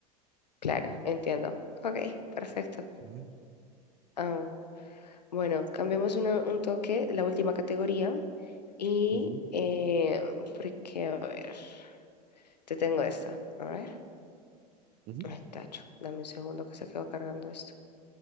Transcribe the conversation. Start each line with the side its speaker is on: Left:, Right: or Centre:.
Left: Claro, entiendo. Ok, perfecto.
Right: Ujú,
Left: Ah, bueno, cambiamos una- un toque, la última categoría, y
Right: ujú,
Left: eh, porque, a ver, te tengo esta, a ver.
Right: ujú,
Left: Ay, tacho, dame un segundo que se quedó cargando esto.